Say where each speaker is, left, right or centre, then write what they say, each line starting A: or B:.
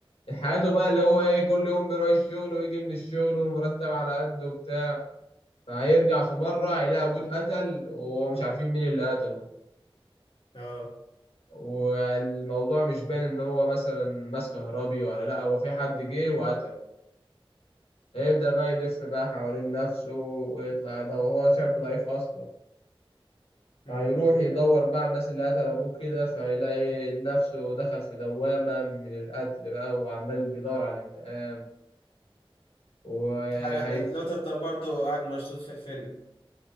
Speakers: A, on the left (about 85°); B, on the left (about 70°).
A: حياته بقى اللي هو إيه كل يوم بيروح الشغل ويجي من الشغل والمرتب على قده وبتاع فهيرجع في مرة هيلاقي أبوه اتقتل ومش عارفين مين اللي قتله
B: آه
A: والموضوع مش باين إن هو مثلا ماس كهربي ولا لأ هو في حد جه وقتله هيبدأ بقى يلف بقى حوالين نفسه ويطلع ده وهو شاب ضعيف أصلا
B: امم
A: فهيروح يدور بقى على الناس اللي قتل أبوه كده فهيلاقي نفسه دخل في دوامة من القتل بقى وعمال بيدور على الانتقام وهي...
B: حاجة لو تفضل برضو قاعد مشدود في الفيلم